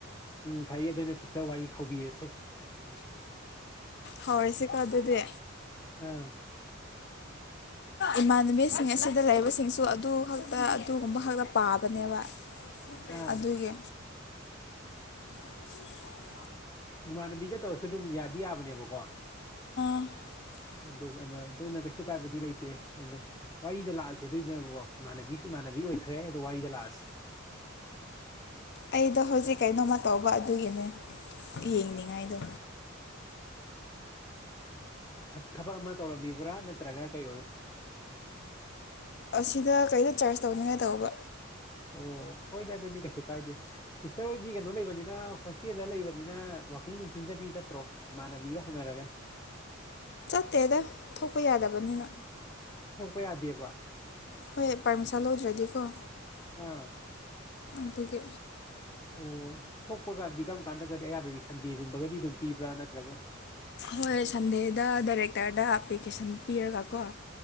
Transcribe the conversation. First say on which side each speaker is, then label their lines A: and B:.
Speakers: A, on the left; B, on the left.
A: ꯎꯝ ꯐꯩꯌꯦ ꯑꯗꯨꯅ ꯁꯤꯁꯇꯔ ꯋꯥꯔꯤ ꯍꯧꯕꯤꯔꯁꯦ
B: ꯍꯧꯔꯁꯦꯀꯣ ꯑꯗꯨꯗꯤ
A: ꯑꯥ
B: ꯏꯃꯥꯟꯅꯕꯤꯁꯤꯡ ꯑꯁꯤꯗ ꯂꯩꯕꯁꯤꯡꯁꯨ ꯑꯗꯨ ꯈꯛꯇ ꯑꯗꯨꯒꯨꯝꯕ ꯈꯛꯇ ꯄꯥꯕꯅꯦꯕ
A: ꯑꯥ
B: ꯑꯗꯨꯒꯤ <inaudible>
A: ꯏꯃꯥꯟꯅꯕꯤꯒ ꯇꯧꯔꯁꯨꯦ ꯑꯗꯨꯝ ꯌꯥꯗꯤ ꯌꯥꯕꯅꯦꯕꯀꯣ
B: <inaudible>
A: ꯑꯗꯨꯒ ꯑꯗꯨꯅ ꯀꯩꯁꯨ ꯀꯥꯏꯕꯗꯤ ꯂꯩꯇꯦ ꯑꯗꯨ ꯋꯥꯔꯤꯗ ꯂꯥꯛꯑꯁꯤ ꯑꯗꯨꯏꯗꯨꯅ ꯏꯃꯥꯟꯅꯕꯤꯁꯨ ꯏꯃꯥꯟꯅꯕꯤ ꯑꯣꯏꯈ꯭ꯔꯦ ꯑꯗꯣ ꯋꯥꯔꯤꯗ ꯂꯥꯛꯑꯁꯤ
B: ꯑꯩꯗꯣ ꯍꯧꯖꯤꯛ ꯀꯩꯅꯣꯝꯃ ꯇꯧꯕ ꯑꯗꯨꯒꯤꯅꯦ ꯌꯦꯡꯅꯤꯡꯉꯥꯏꯗꯣ
A: ꯊꯕꯛ ꯑꯃ ꯇꯧꯔꯝꯃꯤꯕ꯭ꯔꯥ ꯅꯠꯇ꯭ꯔꯒꯅ ꯀꯩ ꯑꯣꯏ
B: ꯑꯁꯤꯗ ꯀꯩꯗ ꯆꯥꯔꯖ ꯇꯧꯅꯤꯡꯉꯥꯏ ꯇꯧꯕ
A: ꯑꯣ ꯍꯣꯏꯗ ꯑꯗꯨꯗꯤ ꯀꯩꯁꯨ ꯀꯥꯏꯗꯦ ꯁꯤꯁꯇꯔ ꯍꯣꯏꯗꯤ ꯀꯩꯅꯣ ꯂꯩꯕꯅꯤꯅ ꯍꯣꯁꯇꯦꯜꯗ ꯂꯩꯕꯅꯤꯅ ꯋꯥꯛꯀꯤꯡ ꯅꯨꯡꯀꯤꯡꯒꯗꯤ ꯆꯠꯇ꯭ꯔꯣ ꯏꯃꯥꯟꯅꯕꯤꯒ ꯍꯅꯔꯒꯅ
B: ꯆꯠꯇꯦꯗ ꯊꯣꯛꯄ ꯌꯥꯗꯕꯅꯤꯅ
A: ꯊꯣꯛꯄ ꯌꯥꯗꯦꯕ
B: ꯍꯣꯏ ꯄꯥꯔꯃꯤꯁꯟ ꯂꯧꯗ꯭ꯔꯗꯤꯀꯣ
A: ꯑꯥ
B: ꯑꯗꯨꯒꯤ
A: ꯑꯣ ꯊꯣꯛꯄ ꯀꯥꯟꯗꯤ ꯀꯔꯝ ꯀꯥꯟꯗꯒꯗꯤ ꯑꯌꯥꯝꯕꯒꯤ ꯁꯟꯗꯦꯒꯨꯝꯕꯒꯗꯤ ꯑꯗꯨꯝ ꯄꯤꯕ꯭ꯔꯥ ꯅꯠꯇ꯭ꯔꯒ
B: ꯍꯣꯏ ꯁꯟꯗꯦꯗ ꯗꯥꯏꯔꯦꯛꯇꯔꯗ ꯑꯦꯄ꯭ꯂꯤꯀꯦꯁꯟ ꯄꯤꯔꯒꯀꯣ